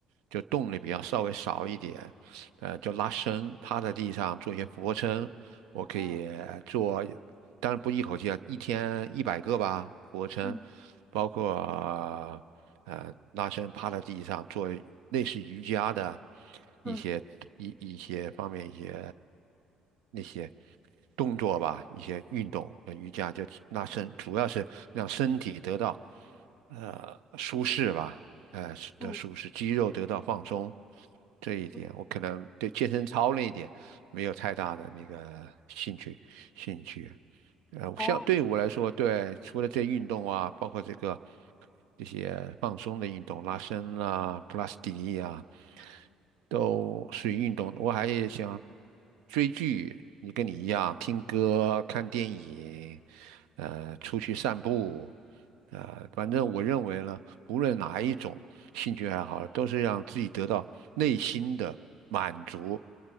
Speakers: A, on the right; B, on the left.
A: 就动力比较稍微少一点，呃，就拉伸，趴在地上做一些俯卧撑，我可以做，
B: 嗯
A: 当然不一口气啊，一天一百个吧，俯卧撑，
B: 嗯，
A: 包括。呃拉伸趴在地上做类似瑜伽的一些一一些方面一些
B: 嗯
A: 那些动作吧，一些运动，呃瑜伽就拉伸，主要是让身体得到呃舒适吧，呃是的舒适，
B: 嗯，
A: 肌肉得到放松。这一点我可能对健身操那一点没有太大的那个兴趣兴趣。
B: 嗯，
A: 呃，
B: 哦，
A: 像对我来说，对，除了这运动啊，包括这个这些放松的运动，拉伸啊、普拉斯提力啊，都属于运动。我还也想追剧，你跟你一样，听歌、看电影，呃，出去散步，呃，反正我认为呢，无论哪一种兴趣爱好，都是让自己得到内心的满足，